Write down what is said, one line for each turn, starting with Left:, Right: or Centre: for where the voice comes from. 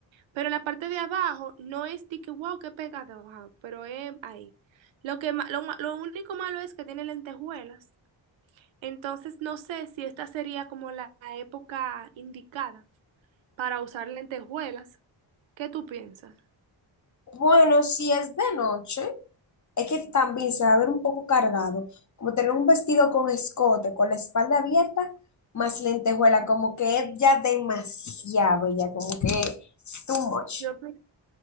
Right: pero en la parte de abajo no es de que wow, qué pegado, ajá, pero es ahí. Lo que ma- lo, ma- lo único malo es que tiene lentejuelas. Entonces no sé si esta sería como la la época indicada para usar lentejuelas. ¿Qué tú piensas?
Left: Bueno, si es de noche, es que también se va a ver un poco cargado, como tener un vestido con escote, con la espalda abierta, más lentejuela, como que es ya demasiado, ya como que too much.
Right: Yo, opi-